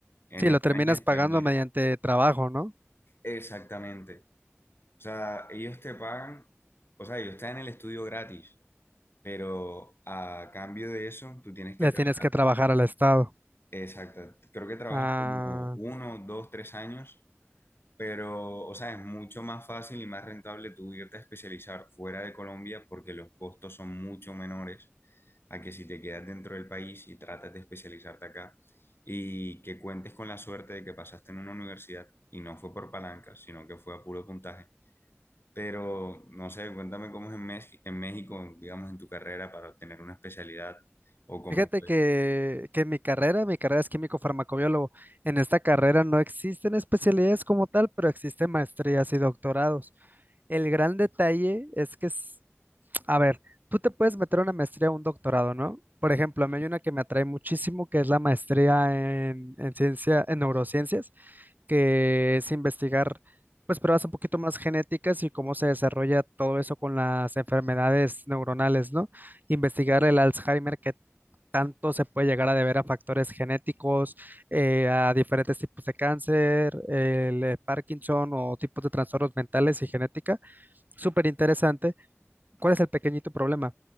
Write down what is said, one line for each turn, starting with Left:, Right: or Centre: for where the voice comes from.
Left: En
Right: sí,
Left: España
Right: lo terminas
Left: está
Right: pagando
Left: el MIR.
Right: mediante trabajo, ¿no?
Left: Exactamente. O sea, ellos te pagan, o sea, ellos están en el estudio gratis, pero a cambio de eso, tú tienes que
Right: Le
Left: trabajar
Right: tienes que trabajar al Estado.
Left: Exacto, creo que trabajas
Right: Ah,
Left: como uno, dos, tres años, pero, o sea, es mucho más fácil y más rentable tú irte a especializar fuera de Colombia porque los costos son mucho menores a que si te quedas dentro del país y tratas de especializarte acá y que cuentes con la suerte de que pasaste en una universidad y no fue por palanca, sino que fue a puro puntaje. Pero, no sé, cuéntame cómo es en, Mex- en México, digamos, en tu carrera para obtener una especialidad o cómo
Right: Fíjate
Left: fue.
Right: que, que mi carrera, mi carrera es químico-farmacobiólogo. En esta carrera no existen especialidades como tal, pero existen maestrías y doctorados. El gran detalle es que, es- a ver, tú te puedes meter a una maestría o un doctorado, ¿no? Por ejemplo, a mí hay una que me atrae muchísimo, que es la maestría en, en ciencia, en neurociencias, que es investigar, pues, pruebas un poquito más genéticas y cómo se desarrolla todo eso con las enfermedades neuronales, ¿no? Investigar el Alzheimer, que tanto se puede llegar a deber a factores genéticos, eh, a diferentes tipos de cáncer, el eh, Parkinson o tipos de trastornos mentales y genética. Súper interesante. ¿Cuál es el pequeñito problema?